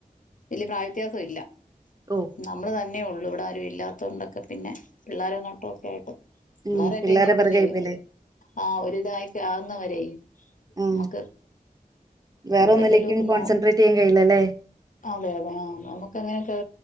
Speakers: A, on the left; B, on the right.
A: വല്ല്യ പ്രായവ്യത്യാസം ഇല്ല
B: ഓ
A: നമ്മള് തെ ന്നേ ഉള്ളൂ ഇവിടെ ആരുംല്ലാത്തോ ണ്ടൊക്കെ പിന്നെ പിള്ളാരെ നോട്ടൊക്കെക്കായിട്ട് പിള്ളാരൊക്കെഴിഞ്ഞാ
B: ഉം പിള്ളേരെ
A: പിന്നെയവര്
B: പിറകെ ആയിപ്പോയില്ലേ
A: ആ ഒരിവിതക്കെ ആവുന്ന വരേ
B: ഉം
A: മ്മക്ക്
B: വേറെ
A: ഇപ്പന്തേലൊക്ക്
B: ഒന്നിലേക്കും കോൺസെൻട്രേറ്റ്
A: നോ
B: ചെയ്യാൻ കഴിയില്ലല്ലേ
A: അ വേണം ആ നമ്മുക്കങ്ങനെയൊക്കെ